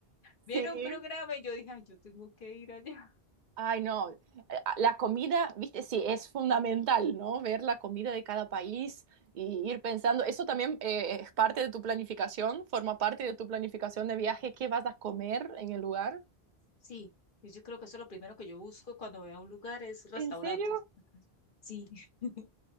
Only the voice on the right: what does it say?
<laughs> sí.
Ay, no, eh, la comida, viste, sí, es fundamental, ¿no? Ver la comida de cada país y ir pensando, eso también eh, es parte de tu planificación, forma parte de tu planificación de viaje, qué vas a comer en el lugar.
¿En serio?